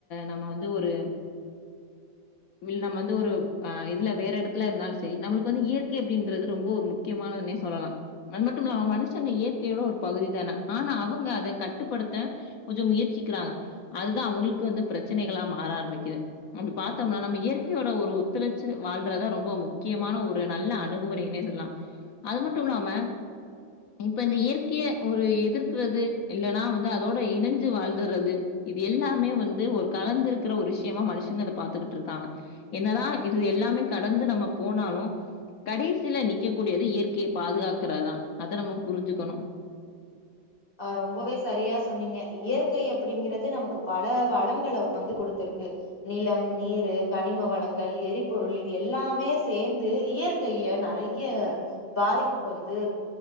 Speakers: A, on the left; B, on the left.
A: நம்ம வந்து ஒரு இ நம்ம வந்து ஒரு ஆ இதுல வேற இடத்துல இருந்தாலு சேரி நம்மளுக்கு வந்து இயற்கை அப்டின்றது ரொம்ப ஒரு முக்கியமானதுனே சொல்லலா அது மட்டுமில்லாம மனுஷங்க இயற்கையோட ஒரு பகுதி தான ஆனா அவுங்க அத க ட்டுப்படுத்த கொஞ்சோ முயற்சிக்கிறாங்க அதுதா அவுங்களுக்கு வந்து பிரச்சனைகளா மாற ஆரம்பிக்குது அப்டி பாத்தோம்னா நம்ம இயற்கையோட ஒரு ஒத்துழைச்சு வாழ்றதா ரொம்ப முக்கியமான ஒரு நல்ல அணு குமுறைனே சொல்லலா அது மட்டுமில்லாம இப்ப இந்த இயற்கைய ஒரு எதிர்க்கிறது இல்லன்னா வந்து அதோட இனைஞ்சு வாழ்றது இது எல்லாமே வந்து ஒரு காலந்துல இருக்கிற ஒரு விஷயமா மனுஷங்க அத பாத்துக்கிட்ருக்காங்க என்னதா இது எல்லாமே கடந்து நம்ம போனாலு கடைசில நிக்க கூடியது இயற்கைய பாதுகாக்கற தா அத நம்ம புரிஞ்சுக்கணு
B: ஆ ரொம்பவே சரியா சொன்னீங்க இயற்கை அப்டிங்கிறது நமக்கு பல வளங்கள வந்து குடுத்துருக்கு நிலம் நீரு கனிம வளங்கள் எரிபொருள் இது எல்லாமே சேர்ந்து இயற்கைய நறை ய பாதிப்புக்கு வந்து